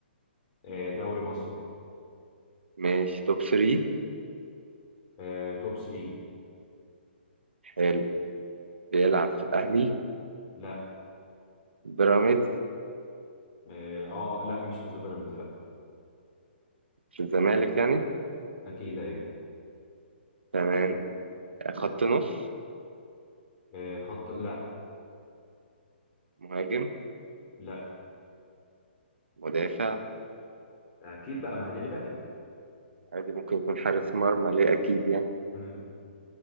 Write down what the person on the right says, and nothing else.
ماشي توب 3
حلو بيلعب في الأهلي
بيراميدز
في الزمالك يعني
تمام خط نص
مهاجم
مدافع
عادي ممكن يكون حارس مرمى ليه أكيد يعني